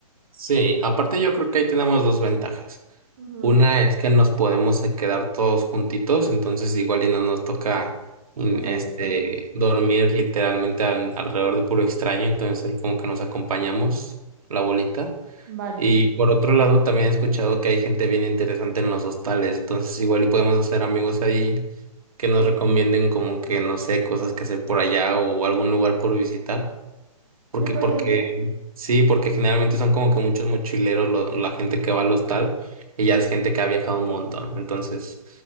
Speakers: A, on the right; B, on the right.
A: sí, aparte yo creo que ahí tenemos dos ventajas.
B: Ujú,
A: Una es que nos podemos eh, quedar todos juntitos, entonces igual y no nos toca in-
B: Compartir
A: este,
B: con otros.
A: dormir literalmente al- alrededor de puro extraño, entonces ahí como que nos acompañamos la bolita.
B: Vale,
A: Y por otro lado, también he escuchado que hay gente bien interesante en los hostales, entonces igual y podemos hacer amigos ahí que nos recomienden como que, no sé, cosas que hacer por allá o algún lugar por visitar. Porque,
B: me parece.
A: porque, sí, porque generalmente son como que muchos mochileros lo- la gente que va al hostal y ya es gente que ha viajado un montón, entonces